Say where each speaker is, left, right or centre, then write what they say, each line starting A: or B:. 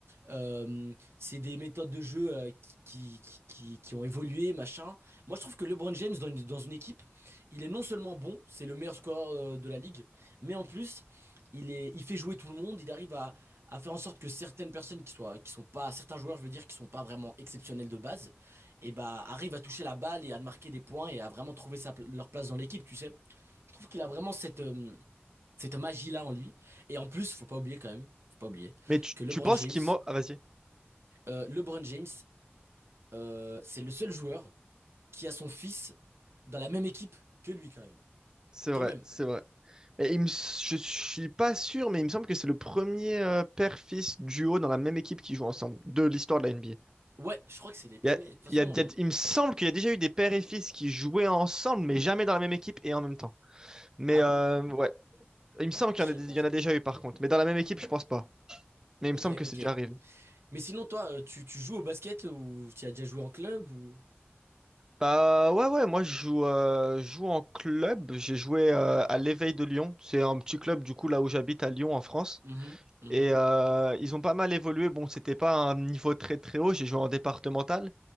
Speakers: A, on the right; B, on the right.
A: Euh, c'est des méthodes de jeu euh, qui, qui, qui, qui ont évolué, machin. Moi, je trouve que LeBron James, dans une, dans une équipe, il est non seulement bon, c'est le meilleur scoreur euh, de la ligue, mais en plus, il est, il fait jouer tout le monde, il arrive à, à faire en sorte que certaines personnes qui soient, qui sont pas, certains joueurs, je veux dire, qui sont pas vraiment exceptionnels de base, et bah, arrivent à toucher la balle et à marquer des points et à vraiment trouver sa, pla- leur place dans l'équipe, tu sais. Je trouve qu'il a vraiment cette, euh, cette magie-là en lui. Et en plus, faut pas oublier quand même, faut pas oublier
B: Mais tu,
A: que LeBron
B: tu penses
A: James
B: qu'il m'a... Ah, vas-y.
A: euh, LeBron James, euh, c'est le seul joueur qui a son fils dans la même équipe que lui, quand même.
B: C'est vrai,
A: Quand même.
B: c'est vrai. Mais il me... je suis pas sûr, mais il me semble que c'est le premier euh, père-fils duo dans la même équipe qui joue ensemble de l'histoire de la NBA.
A: Ouais, je crois que c'est les premiers.
B: Il, y a-
A: De toute façon,
B: il y a- il y a-
A: euh,
B: il me semble qu'il y a déjà eu des pères et fils qui jouaient ensemble, mais jamais dans la même équipe et en même temps. Mais
A: ah bon?
B: euh, ouais, il me semble qu'il
A: Je savais
B: y en a, il
A: pas
B: y
A: ça.
B: en a déjà eu par contre. Mais dans la même équipe, je pense pas. Mais
A: Ok,
B: il me semble que
A: ok.
B: c'est déjà arrivé.
A: Mais sinon, toi, euh, tu, tu joues au basket ou tu as déjà joué en club ou...
B: Bah ouais, ouais, moi je joue, euh, je joue en club. J'ai joué euh, à l'Éveil de Lyon. C'est un petit club du coup là où j'habite à Lyon en France.
A: Mhm, mhm.
B: Et euh, ils ont pas mal évolué. Bon, c'était pas un niveau très très haut. J'ai joué en départemental,